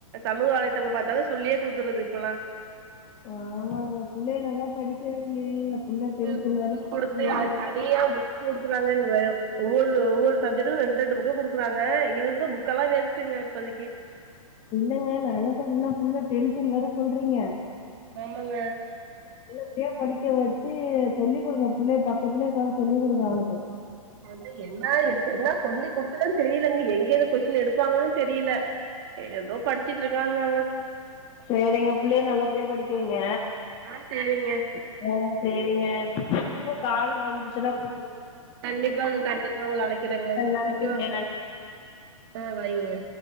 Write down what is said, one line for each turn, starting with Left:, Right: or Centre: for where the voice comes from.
Right: சமூக வலைதளத்த பாத்துதாங்க சொல்லியே குடுக்குறது இப்பல்லா
Left: ஆமாங்க புள்ளயா நல்லா படிக்க வைங்க புள்ள
Right: புக்கு புக்கு
Left: வேற சொல்றீங்க.
Right: குடுத்து அது தனியா கொடுக்குறாங்க ஒவ்வொரு ஒவ்வொரு சப்ஜெக்டுக்கு ரெண்டு ரெண்டு புக்கு கொடுக்குறாங்க இது வந்து பு க்கெல்லா வேஸ்ட்டுங்க இப்போதைக்கு
Left: இல்லங்க நா என்ன சொல்றனா புள்ள டென்துனு வேற சொல்றீங்க
Right: ஆமாங்க
Left: ஹலோ எப்டியா படிக்க வச்சி சொல்லி் குடுங்க புள்ளய பக்கத்துலேயே உக்காந்து சொல்லி் குடுங்க அவனுக்கு
Right: ஆ என்ன என்ன சொல்லி குடுக்கணு தெரியிலிங்க எங்கேருந்து கொஸ்டின் எடுப்பாங்கன்னு தெரில ஏதோ படிச்சிட்டு இருக்காங்க அவ
Left: சேரிங்க புள்ளய நல்லபடியா படிக்க வைய்ங்க
Right: ஆ சேரிங்க
Left: ஆ சேரிங்க திருப்ப கால் வந்துச்சுன்னா கூப்
Right: கண்டிப்பாங்க கண்டிப்பா உங்கள அழைக்கிறங்க
Left: நன்றிங்க.
Right: வைக்கவா
Left: நன்றி.
Right: ஆ வைங்கங்க